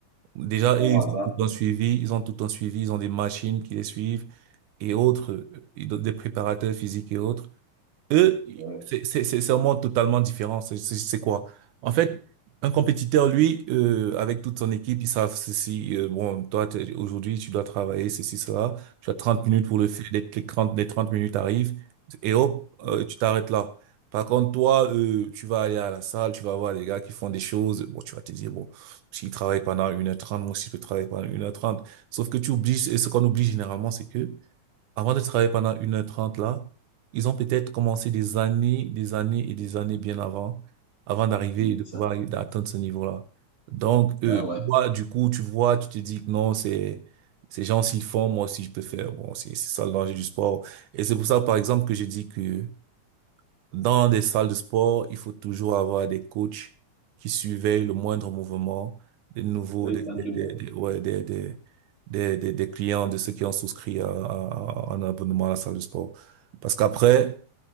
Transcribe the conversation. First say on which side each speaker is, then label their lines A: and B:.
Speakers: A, on the right (about 80°); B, on the right (about 40°).
A: Déjà,
B: c'est pas
A: eux,
B: au
A: ils
B: hasard.
A: ont tout le temps suivi, ils ont tout le temps suivi, ils ont des machines qui les suivent et autres, euh, ils ont des préparateurs physiques et autres. Eux,
B: Ouais,
A: c'est c'est- c'est- c'est un monde totalement différent. C'est c'est- c'est quoi? En fait, un compétiteur, lui, euh, avec toute son équipe, ils savent ceci. euh, bon, toi, t'es- aujourd'hui, tu dois travailler ceci, cela. Tu as 30 minutes pour le faire. Les, les 30, les 30 minutes arrivent et hop,
B: Ouais,
A: euh, tu t'arrêtes là. Par contre, toi, euh, tu vas aller à la salle, tu vas voir les gars qui font des choses. Bon, tu vas te dire, bon, s'ils travaillent pendant une heure trente moi aussi, je peux travailler pendant une heure trente Sauf que tu oublies, et ce qu'on oublie généralement, c'est que avant de travailler pendant une heure trente là, ils ont peut-être commencé des années, des années et des années bien avant, avant d'arriver et de
B: c'est
A: pouvoir
B: ça.
A: y- d'atteindre ce niveau-là. Donc,
B: Ouais,
A: eux,
B: ouais.
A: tu vois, du coup, tu vois, tu te dis que non, c'est, ces gens s'ils font, moi aussi je peux faire. Bon, c'est c'est ça le danger du sport. Et c'est pour ça, par exemple, que j'ai dit que dans des salles de sport, il faut toujours avoir des coachs qui surveillent le moindre mouvement des nouveaux,
B: Ouais,
A: des,
B: c'est un
A: des,
B: double.
A: des, des- ouais, des, des, des, des- des clients, de ceux qui ont souscrit à, à- à un abonnement à la salle de sport. Parce qu'après,